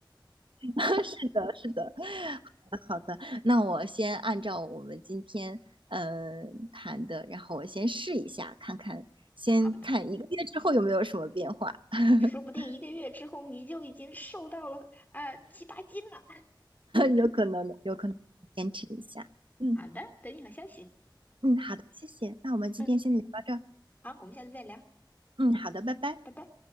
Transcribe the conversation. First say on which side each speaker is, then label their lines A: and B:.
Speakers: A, on the right; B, on the left.
A: <laughs> 是的是的，好的好的，那我先按照我们今天嗯谈的，然后我先试一下，看看，先看一个月之后有没有什么变化，
B: 好的，
A: <laughs>
B: 说不定一个月之后你就已经瘦到了啊、呃七八斤了。
A: 有可能的，有可能坚持一下，嗯
B: 好的，等你好消息。
A: 嗯，好的，谢谢，那我们今天先聊到这儿，
B: 嗯，好，我们下次再聊，
A: 嗯，好的，拜拜。
B: 拜拜。